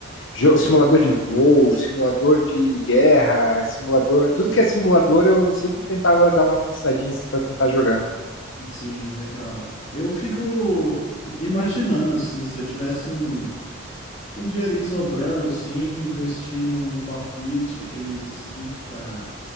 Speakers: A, on the left; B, on the left.
A: jo- simulador de voo, simulador de guerra, simulador, tudo que é simulador eu sempre tentava dar uma fuçadinha, assim, pra tentar jogar.
B: Sim, é legal. Eu fico imaginando, assim, se eu tivesse um, um dinheirinho sobrando, assim, investindo em um cockpit, aqueles kits para